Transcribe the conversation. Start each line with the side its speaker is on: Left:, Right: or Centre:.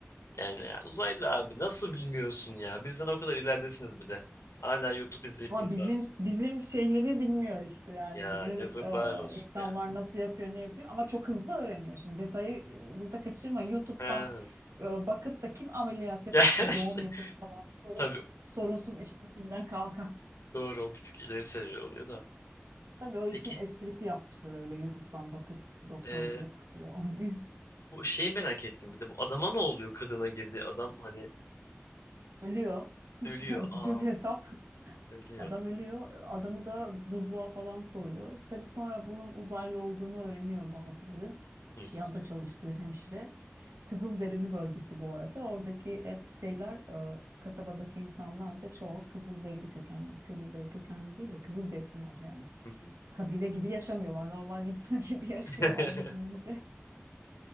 Left: Yani ya, uzaylı abi nasıl bilmiyorsun ya? Bizden o kadar ileridesiniz bir de. Hala YouTube izleyip
Right: Ama
Left: burada.
Right: bizim bizim şeyleri bilmiyor işte yani
Left: Ya
Right: bizim
Left: yazıklar
Right: e,
Left: olsun
Right: insanlar
Left: ya.
Right: nasıl yapıyor ne yapıyor ama çok hızlı öğreniyor. Şimdi detayı e, burada kaçırma. YouTube'dan
Left: Ha. <laughs>
Right: e, bakıp da kim ameliyat yapıp
Left: Ya, şey-
Right: da doğum yapıp falan sorun,
Left: tabii
Right: sorunsuz işin içinden kalkar.
Left: doğru o bir tık ileri seviye oluyor da.
Right: Tabii o işin
Left: Peki
Right: esprisi yapmışlar öyle YouTube'dan bakıp doktorculuk
Left: e,
Right: e, oynayıp.
Left: bu şeyi merak ettim bir de bu adama ne oluyor kadına girdiği adam hani
Right: Ölüyor.
Left: ölüyor.
Right: <laughs>
Left: Aa.
Right: Düz hesap.
Left: Söylüyor.
Right: Adam ölüyor. E, Adamı da buzluğa falan koyuyor. Tabii sonra bunun uzaylı olduğunu öğreniyor bazıları.
Left: Hı hı,
Right: Yanında çalıştığı hemşire. Kızılderili bölgesi bu arada. Oradaki hep şeyler, e, kasabadaki insanlar da çoğu Kızılderili kökenli. Kızılderili kökenli değil de Kızılderililer yani.
Left: hı hı.
Right: Kabile gibi yaşamıyorlar. Normal insan <laughs> gibi yaşıyorlar
Left: <laughs>
Right: bizim gibi.